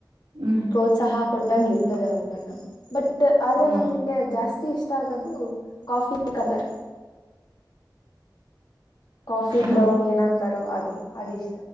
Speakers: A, on the right (about 85°); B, on the left (about 60°).
A: ಹ್ಮ್
B: ಪ್ರೋತ್ಸಾಹ ಕೊಟ್ಟಂಗಿರ್ತ ಅದ ಅವ <inaudible> ಬಟ್ ಆದ್ರೆ
A: ಹ್ಮ್
B: ನಂಗ ಗೆ ಜಾಸ್ತಿ ಇಷ್ಟಾಗದು ಕಾಫಿ ಕಲರ್ ಕಾಫಿ ಬ್ರೌನ್
A: ಹಾ
B: ಏನಂತಾರೋ ಅದು ಅದ ಇಷ್ಟ